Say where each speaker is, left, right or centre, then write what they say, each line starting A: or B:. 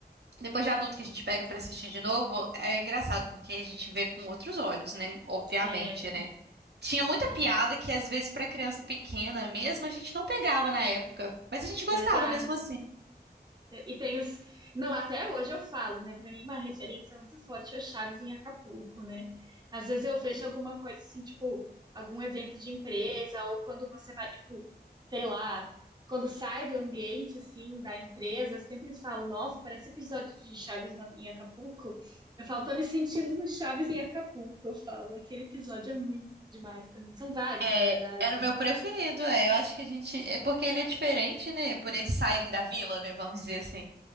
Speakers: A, on the right; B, on the right.
A: depois de adulto que a gente pega pra assistir de novo, é engraçado porque a gente vê com outros olhos, né? Obviamente,
B: É,
A: né? Tinha muita
B: é
A: piada que às vezes pra criança pequena mesmo a gente não pegava na época, mas a gente
B: verdade.
A: gostava mesmo assim.
B: E tem os. Não, até hoje eu falo, né? Pra mim, uma referência muito forte é o Chaves em Acapulco, né? Às vezes eu vejo alguma coisa assim, tipo, algum evento de empresa, ou quando você vai, tipo, sei lá, quando sai do ambiente, assim, da empresa, eu sempre falo, nossa, parece episódio de Chaves na- em Acapulco. Eu falo, tô me sentindo no Chaves em Acapulco, eu falo. Aquele episódio é muito demais também. São vários,
A: É,
B: na verdade.
A: era o meu preferido, é. Eu acho que a gente. É porque ele é diferente, né? Por eles saírem da vila, né? Vamos dizer assim.